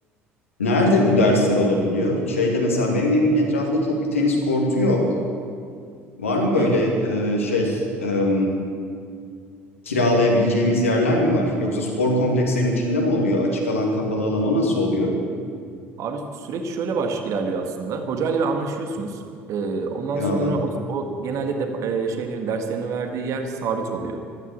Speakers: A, on the left (about 75°); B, on the right (about 50°).
A: Nerede bu dersler olabiliyor? Şeyde mesela benim evimin etrafında çok bir tenis kortu yok. Var mı böyle
B: Hı.
A: e, şey e, kiralayabileceğimiz yerler mi var? Yoksa spor komplekslerinin içinde mi oluyor? Açık alan, kapalı alan o nasıl oluyor?
B: Abi süreç şöyle baş ilerliyor aslında. Hocayla bir anlaşıyorsunuz. Ee, ondan
A: Eyvallah.
B: sonra o, o genelde dep- e, şeylerin derslerini verdiği yer sabit oluyor.